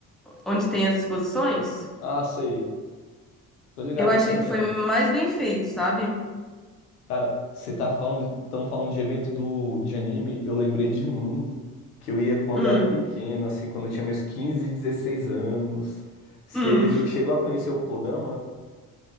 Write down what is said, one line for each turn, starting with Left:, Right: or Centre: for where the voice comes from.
Centre: onde tem as exposições.
Left: Ah, sei. Tô ligado,
Centre: Eu achei
Left: eu sei onde
Centre: que foi
Left: é.
Centre: mais bem feito, sabe?
Left: Cara, você tá falando, tão falando de evento do, de anime, eu lembrei de um que eu ia quando
Centre: Hum,
Left: era pequeno, assim, quando eu tinha meus quinze dezesseis anos. Você
Centre: hum.
Left: chegou a conhecer o Kodama?